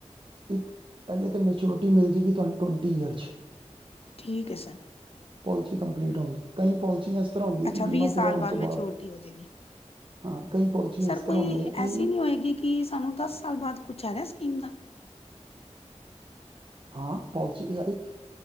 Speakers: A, on the right; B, on the left.
A: ਇੱਕ, ਪਹਿਲੇ ਤੇ ਮੈਚੋਰਟੀ ਮਿਲ ਜੇਗੀ ਤੁਹਾਨੂੰ ਟਵੰਟੀ ਯੀਅਰ 'ਚ।
B: ਠੀਕ ਹੈ, ਸਰ।
A: ਪਾਲਿਸੀ ਕੰਪਲੀਟ ਹੋਣ ਦੋ। ਕਈ ਪਾਲਿਸੀਆਂ ਤਰ੍ਹਾਂ ਹੁੰਦੀਆਂ
B: ਅੱਛਾ,
A: ਕਿ
B: ਵੀਹ
A: ਬੀਮਾ
B: ਸਾਲ
A: ਪੂਰਾ ਹੋਣ
B: ਬਾਅਦ
A: ਤੋਂ
B: ਮਚੁਰਟੀ ਹੋ ਜਾਏਗੀ।
A: ਹਾਂ ਕਈ ਪਾਲਿਸੀਆਂ
B: ਸਰ
A: ਇਸ ਤਰ੍ਹਾਂ
B: ਕੋਈ
A: ਹੁੰਦੀਆਂ ਕਿ
B: ਐਸੀ ਨਹੀਂ ਹੋਏਗੀ ਕਿ ਸਾਨੂੰ ਦੱਸ ਸਾਲ ਬਾਅਦ, ਕੁਝ ਹੈਗਾ ਸਕੀਮ ਦਾ?
A: ਹਾਂ, ਪਾਲਿਸੀ, ਇਹ ਹੈ ਇੱਕ।